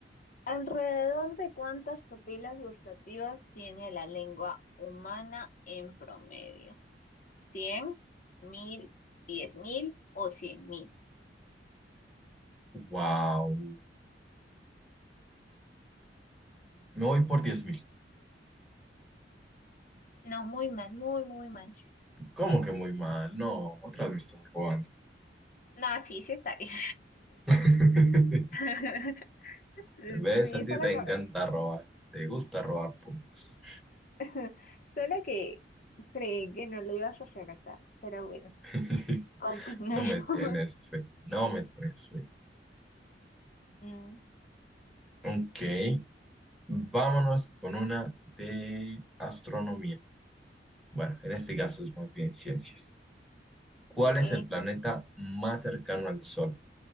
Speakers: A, on the left; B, in the centre.
A: ¿Alrededor de cuántas papilas gustativas tiene la lengua humana en promedio? cien, mil, diez mil o cien mil.
B: Wow. me voy por 10.000.
A: No, muy mal, muy, muy mal.
B: ¿Cómo que muy mal? No, otra vez me estás robando.
A: No, sí, sí está bien.
B: <laughs>
A: <laughs>
B: ¿Ves?
A: Sí,
B: A
A: esa
B: ti
A: la
B: te
A: acabas.
B: encanta robar. Te gusta robar puntos.
A: <laughs> Solo que creí que no lo ibas a acertar, pero bueno,
B: <laughs>
A: continuemos.
B: No me
A: <laughs>
B: tienes fe. No me tienes fe.
A: Mm,
B: Ok. Vámonos con una de astronomía. Bueno, en este caso es más bien ciencias. ¿Cuál
A: ok.
B: es el planeta más cercano al Sol?